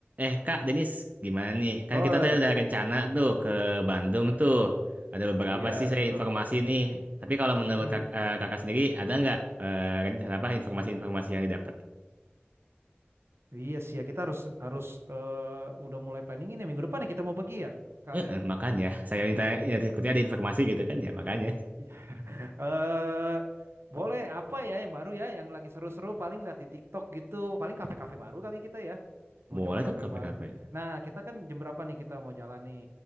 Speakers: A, on the right; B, on the right.
A: Eh Kak Denis, gimana nih? Kan
B: Oi,
A: kita tadi udah rencana tuh ke Bandung tuh. Ada beberapa
B: iya
A: sih saya
B: bro.
A: informasi nih. Tapi kalau menurut
B: Mm-mm.
A: kak- eh, kakak sendiri, ada nggak eh, rencana apa informasi-informasi yang didapat?
B: Iya sih ya, kita harus harus eh, udah mulai planningin ya minggu depan ya kita mau pergi ya, Kak
A: Eh,
B: ya.
A: eh, makanya saya minta ya, ikutnya ada informasi gitu kan ya makanya.
B: Iya. Eh, boleh apa ya yang baru ya, yang lagi seru-seru paling lihat di TikTok gitu, paling kafe-kafe baru kali kita ya. Mau
A: Boleh
B: coba kafe
A: tuh KPKP.
B: baru. Nah, kita kan jam berapa nih kita mau jalan nih?